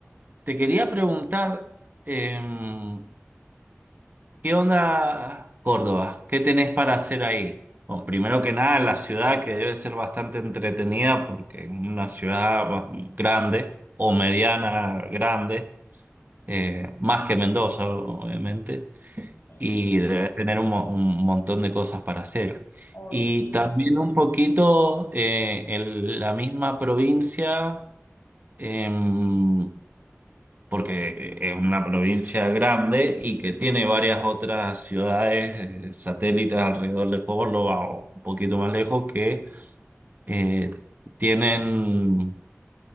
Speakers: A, on the right; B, on the left.
A: te quería preguntar, em, ¿Qué onda Córdoba? ¿Qué tenés para hacer ahí? Bueno, primero que nada, la ciudad que debe ser bastante entretenida porque es una ciudad ba- grande o mediana grande, eh, más que Mendoza, obviamente,
B: Sí,
A: y debe tener un, mo- un montón de cosas para hacer.
B: hoy
A: Y
B: sí.
A: también un poquito eh, en la misma provincia. em, porque eh, es una provincia grande y que tiene varias otras ciudades eh, satélites alrededor de Córdoba o un poquito más lejos que eh, tienen